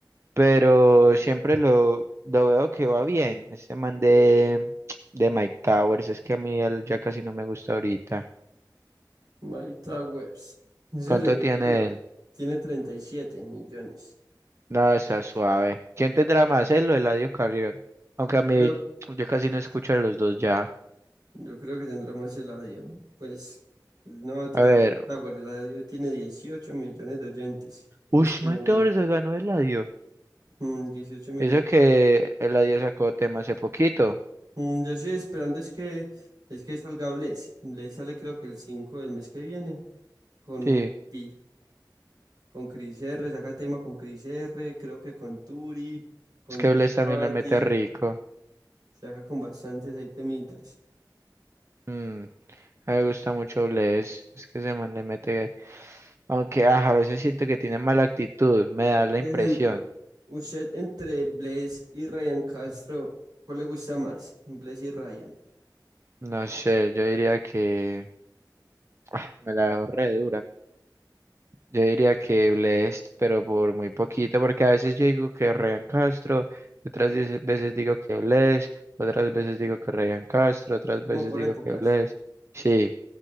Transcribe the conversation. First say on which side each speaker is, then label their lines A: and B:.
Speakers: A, on the right (about 35°); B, on the right (about 65°).
A: pero siempre lo, lo veo que va bien? Este man de, de Mike Towers, es que a mí él ya casi no me gusta ahorita.
B: My Towers. Ese
A: ¿Cuánto
B: le di
A: tiene
B: duro.
A: él?
B: Tiene 37 millones.
A: No, está suave. ¿Quién tendrá más, él o Eladio Carrión? Aunque a
B: Yo
A: mí
B: creo,
A: yo casi no escucho a los dos ya.
B: yo creo que tendrá más eladio Pues no, tiene
A: A ver.
B: más Towers. eladio tiene 18 millones de oyentes en
A: Ush,
B: este
A: Mike
B: momento.
A: Towers se ganó Eladio.
B: Mm, 18 millones.
A: Eso que Eladio sacó tema hace poquito.
B: Mm, Yo estoy esperando es que es que salga Bless. Bless sale creo que el 5 del mes que viene con
A: Sí,
B: un IP, con Chris R, saca tema con Chris R, creo que con Turi, con
A: es que
B: John
A: Bless también
B: Fati,
A: le mete rico.
B: saca con bastantes ahí temitas.
A: Mm, a mí me gusta mucho Bless. Es que ese man le mete. Aunque ah, a veces siento que tiene mala actitud, me da la
B: Por
A: impresión.
B: ejemplo, usted entre Bless y Ryan Castro, ¿cuál le gusta más? Bless y Ryan,
A: No sé, yo diría que ah, me la dejo re dura. Yo diría que Blessed, pero por muy poquito, porque a veces yo digo que Ryan Castro, otras diez veces digo que Blessed, otras veces digo que Ryan Castro, otras
B: como
A: veces
B: por
A: digo
B: épocas.
A: que Blessed. Sí,